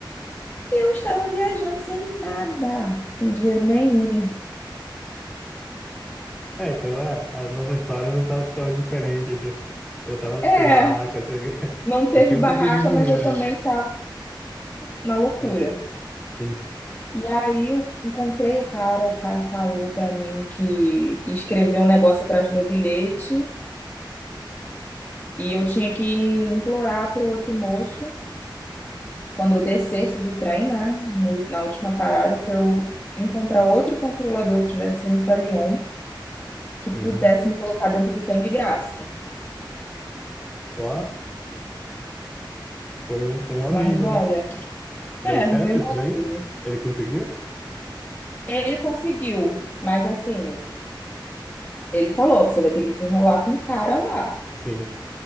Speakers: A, on the left (about 25°); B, in the centre.
A: E eu estava viajando sem nada, sem dinheiro nenhum.
B: É, então é, a nossa história não tá tão diferente. isso Eu tava
A: É,
B: sem barraca, sem... <laughs>
A: não teve
B: eu tinha um
A: barraca,
B: pouquinho de dinheiro,
A: mas eu também
B: né?
A: estava na loucura.
B: Mas sim.
A: E aí eu encontrei o cara, o cara falou pra mim que escreveu um negócio atrás do meu bilhete e eu tinha que implorar pro outro moço, quando eu descesse do trem, né, no- na última parada, para eu encontrar outro controlador que estivesse indo para Lyon, que
B: Uhum.
A: pudesse me colocar dentro do trem de graça.
B: Ó, foi um, foi um amigo,
A: Mas olha,
B: né? Deu
A: é,
B: certo
A: arrumei uma
B: isso daí?
A: vida.
B: Ele conseguiu?
A: Ele conseguiu, mas assim, ele falou, você vai ter que desenrolar com o cara lá.
B: Sim.